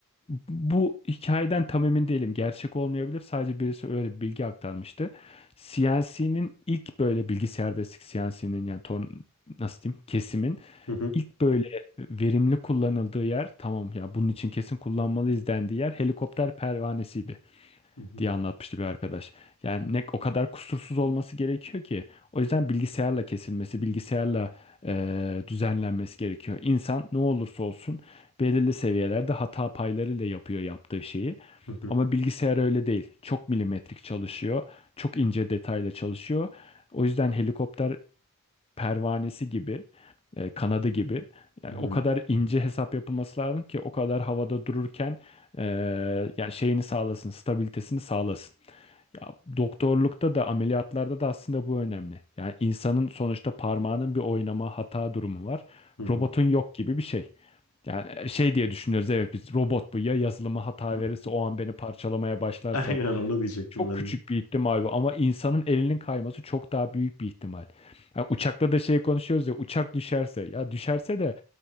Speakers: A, on the left; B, on the left.
A: Bu hikayeden tam emin değilim. Gerçek olmayabilir. Sadece birisi öyle bir bilgi aktarmıştı. CNC'nin ilk böyle bilgisayar destek CNC'nin yani ton, nasıl diyeyim kesimin
B: Hı hı.
A: ilk böyle verimli kullanıldığı yer tamam ya bunun için kesin kullanmalıyız dendiği yer helikopter pervanesiydi
B: Hı hı.
A: diye anlatmıştı bir arkadaş. Yani ne o kadar kusursuz olması gerekiyor ki. O yüzden bilgisayarla kesilmesi, bilgisayarla e, düzenlenmesi gerekiyor. İnsan ne olursa olsun belirli seviyelerde hata paylarıyla yapıyor yaptığı şeyi.
B: Hı hı.
A: Ama bilgisayar öyle değil. Çok milimetrik çalışıyor, çok ince detayla çalışıyor. O yüzden helikopter pervanesi gibi, e, kanadı gibi yani
B: Hı hı.
A: o kadar ince hesap yapılması lazım ki o kadar havada dururken e, yani şeyini sağlasın, stabilitesini sağlasın. Ya doktorlukta da ameliyatlarda da aslında bu önemli. Yani insanın sonuçta parmağının bir oynama hata durumu var.
B: Hı hı. Hı
A: Robotun
B: hı.
A: yok gibi bir şey. Yani e, şey diye düşünüyoruz evet biz robot bu ya yazılıma hata
B: <laughs>
A: verirse o an beni parçalamaya başlarsa
B: Aynen onu diyecektim
A: çok
B: ben
A: küçük
B: de.
A: bir ihtimal bu ama insanın elinin kayması çok daha büyük bir ihtimal. Yani uçakta da şey konuşuyoruz ya uçak düşerse ya düşerse de